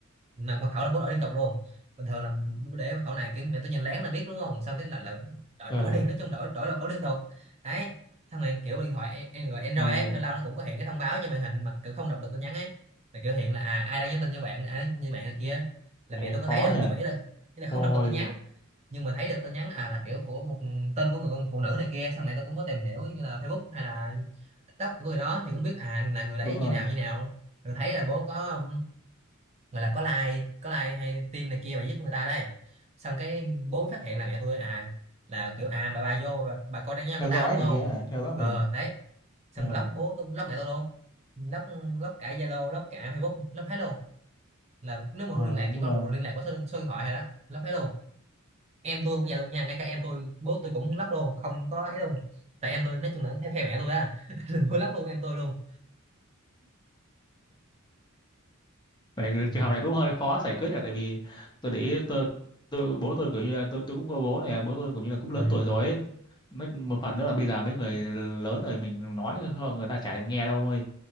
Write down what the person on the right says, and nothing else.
mà mật khẩu là bố đổi liên tục luôn bình thường là bố để mật khẩu này cái mẹ tôi nhìn lén là biết đúng không xong cái là, là đổi,
đổi liền nói chung đổi đổi mật khẩu liên tục đấy xong rồi kiểu điện thoại an- Android
ấy lâu lâu nó cũng có hiện cái thông báo trên màn hình mà kiểu không đọc được tin nhắn ấy là kiểu hiện là à ai đang nhắn tin cho bạn ai đang nhắn tin cho bạn này kia là
mẹ
tôi
có thấy được
nhưng mà ý là ý là không
đọc được tin nhắn nhưng mà thấy được tin nhắn à là kiểu của một tên của người con phụ nữ này kia xong mẹ tôi cũng có tìm hiểu như là Facebook hay là TikTok của người đó thì cũng biết à là người đấy
như nào như nào rồi thấy là bố có gọi là có like có like hay tim này kia bà giết người ta đây xong cái bố mới phát hiện là mẹ tôi à là kiểu à bà bà vô bà, bà coi trang nhóm
của tao
đúng
không
ờ
đấy xong
block bố tôi block mẹ tôi luôn block block cả Zalo block cả Facebook block hết luôn là nếu mà
muốn liên lạc
chỉ có
liên lạc có số, số điện thoại thôi đó block hết luôn em tôi cũng vậy luôn nha ngay cả em tôi bố tôi cũng block luôn không có ấy luôn tại em tôi nói chung là theo phe mẹ tôi á <laughs> block luôn em tôi luôn
ừ.
ừ.